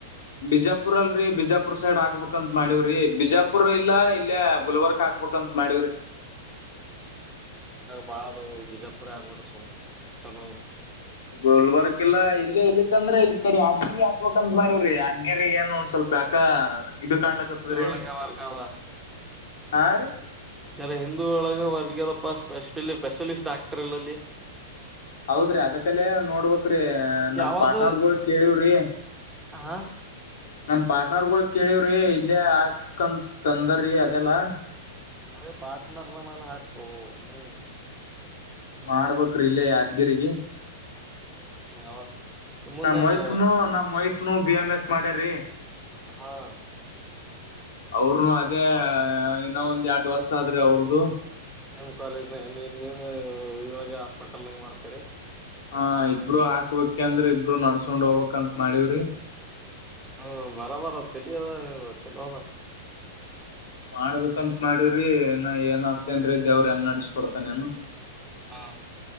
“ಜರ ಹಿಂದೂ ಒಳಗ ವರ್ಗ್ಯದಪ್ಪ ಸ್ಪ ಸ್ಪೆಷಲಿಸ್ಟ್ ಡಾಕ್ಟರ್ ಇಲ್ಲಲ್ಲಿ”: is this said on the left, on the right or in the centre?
Centre